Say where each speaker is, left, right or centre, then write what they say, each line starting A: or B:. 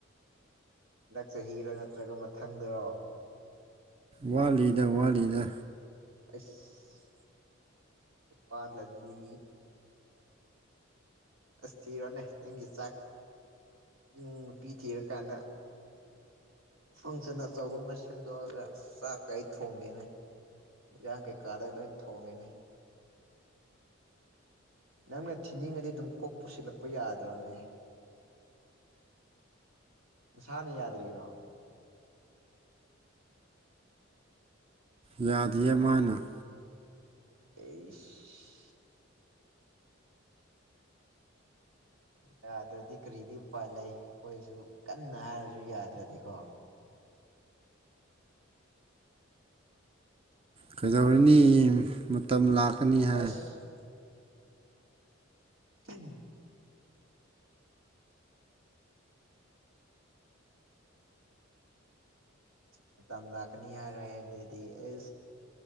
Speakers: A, on the right; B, on the right.
A: ꯍꯟꯗꯛ ꯆꯍꯤꯔꯣ ꯅꯠꯇ꯭ꯔꯒ ꯃꯊꯪꯗꯔꯣ
B: ꯋꯥꯠꯂꯤꯗ ꯋꯥꯠꯂꯤꯗ
A: ꯑꯁ ꯋꯥꯠꯂꯗꯤ ꯑꯁ ꯊꯤꯔꯣꯅꯦ ꯅꯪꯒꯤ ꯆꯥꯛ ꯅꯪ ꯅꯨꯄꯤ ꯊꯤꯔꯀꯥꯟꯗ ꯐꯪꯁꯟ ꯑꯆꯧꯕ ꯑꯃ ꯁꯦꯝꯗꯣꯛꯑꯒ ꯆꯥꯛ ꯀꯩ ꯊꯣꯡꯒꯦꯅꯦ ꯏꯟꯁꯥꯡ ꯀꯩꯀꯥꯗ ꯂꯣꯏ ꯊꯣꯡꯉꯤꯅꯦ ꯅꯪꯅ ꯊꯤꯅꯤꯡꯉꯗꯤ ꯑꯗꯨꯝ ꯀꯣꯛ ꯄꯨꯁꯤꯜꯂꯛꯄ ꯌꯥꯗ꯭ꯔꯣꯅꯦ ꯅꯁꯥꯅ ꯌꯥꯗ꯭ꯔꯤꯔꯣ
B: ꯌꯥꯗꯦ ꯃꯥꯅ
A: ꯑꯁ ꯌꯥꯗ꯭ꯔꯗꯤ ꯀꯔꯤꯗꯤ ꯎꯄꯥꯏ ꯂꯩ ꯑꯩꯈꯣꯏꯁꯨ ꯀꯟꯅ ꯍꯥꯏꯔꯁꯨ ꯌꯥꯗ꯭ꯔꯗꯤꯀꯣ
B: ꯀꯩꯗꯧꯔꯅꯤ ꯃꯇꯝ ꯂꯥꯛꯀꯅꯤ ꯍꯥꯏ
A: ꯑꯁ <unintelligible> ꯃꯇꯝ ꯂꯥꯛꯀꯅꯤ ꯍꯥꯏꯔꯦꯗꯤ ꯑꯦ